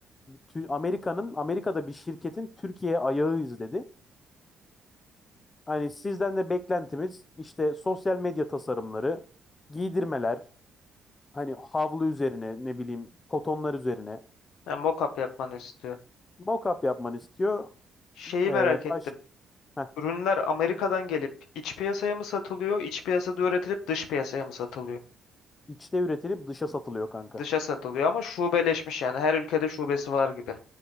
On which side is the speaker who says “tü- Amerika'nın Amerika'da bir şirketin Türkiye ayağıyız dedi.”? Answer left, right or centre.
Left